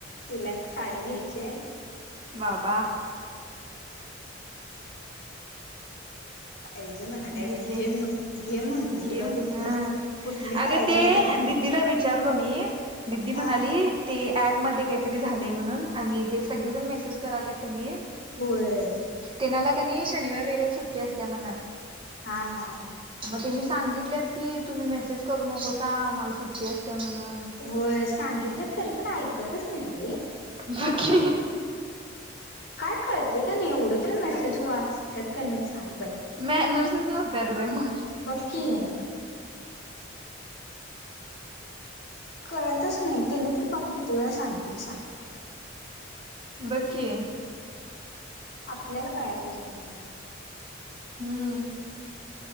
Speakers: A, on the left (about 55°); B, on the right (about 25°).
A: तिला एक साडी घ्यायची आहे.
B: बाबा
A: पाहिजे म्हणाले
B: हे
A: मग
B: घे,
A: म्हण घे म्हंटल
B: घेऊ
A: तुला कुठली
B: हां.
A: कुठली
B: अगं
A: पाहिजे
B: ते
A: ती घे
B: दिदीला भेट विचारलो मी दीदी
A: हा
B: म्हणाली ते ॲपमध्ये काहीतरी झालंय म्हणून आणि ते सगळीजण मेसेज कराल्यात कनई
A: होय.
B: तेनाला कनई शनिवार, रविवार सुट्टी असत्या म्हण.
A: हा हा.
B: मग त्यांनी सांगितलेत की तुम्ही मेसेज करू नकोसा आम्हाला सुट्टी असत्या म्हणून.
A: होय सांगितलेत तरी पण ऐकतच नाहीत बाई.
B: बघ की
A: काय कळतंय का नाही, एवढं तर मेसेज वाचत्यात का नाही सांग बाई?
B: मॅनर्सच नव्हत्यात बाई मग
A: बघकी. कळतच नाही त्यांनी तर पाप किती वेळा सांगतील सांग.
B: बघ की.
A: आपल्याला कळायला पाहिजे का नाही सांग.
B: हम्म.